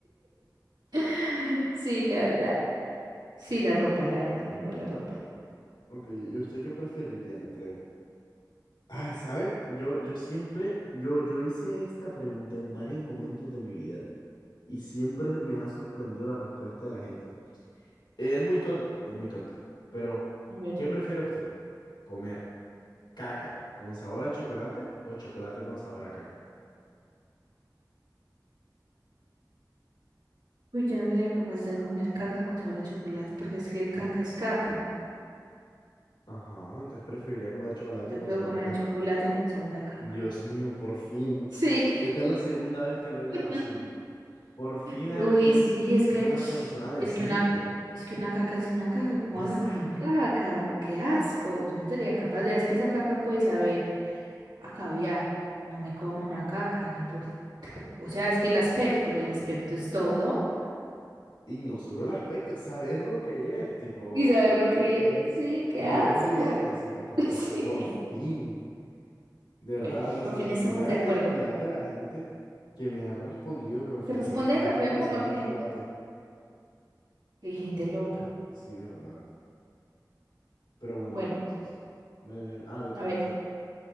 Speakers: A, on the right; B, on the left.
A: <laughs> sí, la verdad. Sí, la ropa, la verdad, mejor la ropa.
B: Ok, ¿y usted qué preferiría entre? Ah, ¿sabe? Yo, yo siempre, yo, yo hice esta pregunta en varios momentos de mi vida y siempre me ha sorprendido la respuesta de la gente. Es muy tonta, es muy tonta. Pero,
A: A ver.
B: ¿qué prefiere usted? ¿Comer caca con sabor a chocolate o chocolate con sabor a caca?
A: Uy, yo no sería capaz de comer caca con sabor a chocolate porque es que caca es caca.
B: Ajá, entonces preferiría comer chocolate
A: Yo
B: con
A: puedo
B: sabor
A: comer
B: a caca.
A: chocolate con sabor a caca.
B: Dios mío, por fin.
A: Sí.
B: Esta es la segunda vez que le doy la razón.
A: <laughs>
B: Por fin
A: Uy,
B: alguien
A: sí, es que
B: es una persona decente.
A: es que una es que una caca es una caca, ¿cómo
B: Exacto.
A: vas a comer caca? Oh, Qué asco. Yo no sería capaz de, es que esa caca puede saber a caviar, no me como una caca, ni por... O sea, es que el aspecto, el aspecto es todo.
B: Y no solo el aspecto, es saber lo que es, tipo,
A: ¿Y sabes lo que es? Sí, qué
B: de
A: asco.
B: dónde vienes y qué porquería.
A: <laughs> Sí.
B: Por fin. De verdad,
A: Bueno,
B: le
A: por
B: sorprendería
A: fin estamos
B: la
A: de acuerdo.
B: cantidad de la gente que me ha respondido que prefiere
A: Que responden
B: comer caca
A: que primero
B: con
A: como
B: sabor
A: que
B: a chocolate.
A: que hay gente loca.
B: Sí, ¿verdad? Pero bueno,
A: Bueno,
B: entonces. Me... Ah, le tocó
A: a ver,
B: a usted.